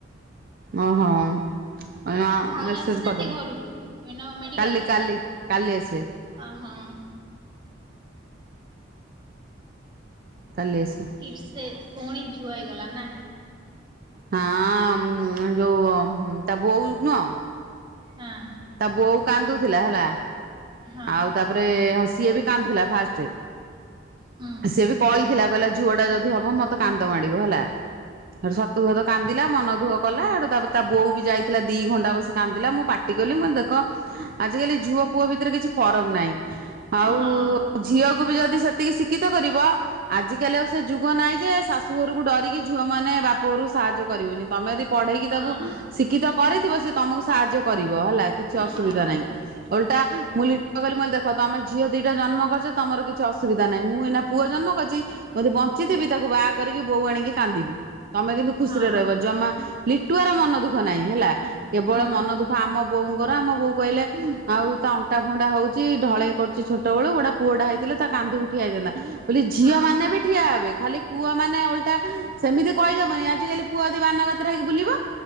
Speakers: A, on the right; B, on the right.
A: ଅ ହଁ। <unintelligible>
B: ଭାଉଜ
A: ମେସେଜ୍
B: ଆସିନାହାନ୍ତି
A: କରିଦବ,
B: ଘରକୁ ଏଇନା ମେଡିକାଲରେ।
A: କାଲି କାଲି କାଲି ଆସିବେ।
B: ଅ ହଁ।
A: କାଲି ଆସିବେ।
B: ଇପ୍ସେ ପୁଣି ଝୁଅ ହେଇଗଲା ନା?
A: ହାଁ ଯୋଉ ତା ବୋଉ ନୁହଁ
B: ହଁ।
A: ତା ବୋଉ କାନ୍ଦୁଥିଲା ହେଲା,
B: ହଁ
A: ଆଉ ତାପରେ ସିଏ ବି କାନ୍ଦୁଥିଲା ଫାଷ୍ଟେ।
B: ହୁଁ
A: ସେ ବି କହିଥିଲା କହିଲା ଝୁଅଟା ଯଦି ହବ, ମତେ କାନ୍ଦ ମାଡ଼ିବ ହେଲା। ସତକୁ ସତ କାନ୍ଦିଲା ମନ ଦୁଖ କଲା ହେଠୁ ତା ତା ବୋଉ ବି ଯାଇଥିଲା ଦି ଘଣ୍ଟା ବସି କାନ୍ଦିଲା ମୁଁ ପାଟି କଲି ମୁଁ କହିଲି ଦେଖ ଆଜିକାଲି ଝୁଅ ପୁଅ ଭିତରେ କିଛି ଫରକ ନାହିଁ। ଆଉ
B: ହଁ
A: ଝିଅକୁ ବି ଯଦି ସେତିକି ଶିକ୍ଷିତ କରିବ ଆଜ କାଲି ଆଉ ସେ ଯୁଗ ନହିଁ ଯେ ଶାଶୁ ଘରକୁ ଡରିକି ଝିଅ ମାନ ବା ମୋରୁ ସାହାଯ୍ୟ କରିବନି ତମେ ଯଦି ପଢେଇକି
B: ହଁ
A: ତାକୁ ଶିକ୍ଷିତ କରିଥିବ ସେ ତମକୁ ସାହାଯ୍ୟ କରିବ ହେଲା କିଛି ଅସୁବିଧା
B: ହଁ।
A: ନାହିଁ ଓଲଟା ମୁଁ କହିଲି ଦେଖ ତମେ ଝିଅ ଦିଟା ଜନ୍ମ କରିଛ ତମର କିଛି ଅସୁବିଧା ନାହିଁ ମୁଁ ଏଇନା ପୁଅ ଜନ୍ମ କରିଛି ମୁ ଯଦି ବଞ୍ଚିଥିବି ତାକୁ ବାହା କରିକି ବୋହୁ ଆଣିକି କାନ୍ଦିବି। ତମେ କିନ୍ତୁ ଖୁସିରେ
B: ହଁ
A: ରହିବ ଜମା ଲିଟୁଆର ମନ ଦୁଃଖ ନାହିଁ ହେଲା କେବଳ
B: ହୁଁ
A: ମନ ଦୁଃ ଆମ ବୋଉଙ୍କର ଆମ ବୋଉ କହିଲେ ଆଉ ତା ଅଣ୍ଟା ଫାଣ୍ଟା ହଉ ଢଳେଇ କରୁଛି ଛୋଟ ବେଳୁ ଗୋଟେ ପୁଅଟା ହେଇଥିଲେ ତା କାନ୍ଦକୁ ଠିଆ ହେଇଥାନ୍ତା ମୁଁ କହିଲି ଝିଅ
B: ହଁ
A: ମାନେ ବି ଠିଆ ହେବେ ଖାଲି ପୁଅ ମାନେ ଓଲଟା ସେମିତି କହିହବନି ଆଜିିକାଲି ପୁଅ ଯଦି ବାନାବାତେରେ ହେଇକି ବୁଲିବ।